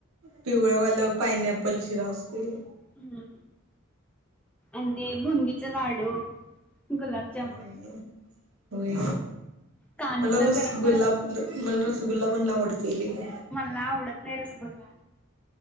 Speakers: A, on the right; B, in the centre.
A: पिवळ्यावालं पायनॅपल शिरा असतोय.
B: हम्! आणि ते बुंदीचा लाडू गुलाबजामुन,
A: होय, होय.
B: कानूला
A: मला रस
B: गरम
A: गुलाब
B: गरम
A: मला रस गुल्ला पण लई आवडतय लई.
B: मला आवडत नाही रसगुल्ला.